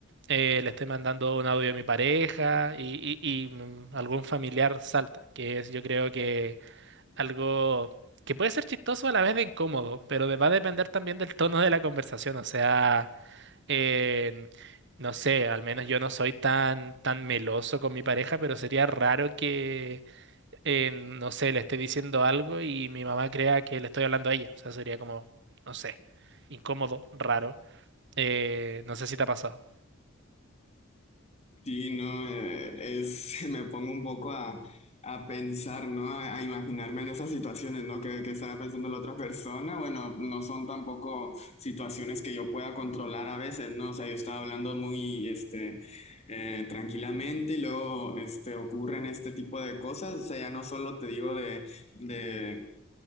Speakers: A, on the right; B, on the left.
A: eh, le estoy mandando un audio a mi pareja y, y- y, mm, algún familiar salta, que es yo creo que algo que puede ser chistoso a la vez de incómodo, pero de- va a depender también del tono de la conversación. O sea, eh, no sé, al menos yo no soy tan, tan meloso con mi pareja, pero sería raro que, eh, no sé, le esté diciendo algo y mi mamá crea que le estoy hablando a ella. O sea, sería como, no sé, incómodo, raro. Eh, no sé si te ha pasado.
B: Sí, no, eh, es, <laughs> me pongo un poco a, a pensar, ¿no? A, a imaginarme en esas situaciones, ¿no? Que, que estará pensando la otra persona. Bueno, no son tampoco situaciones que yo pueda controlar a veces, ¿no? O sea, yo estaba hablando muy, este, eh, tranquilamente y luego, este, ocurren este tipo de cosas. O sea, ya no solo te digo de, de,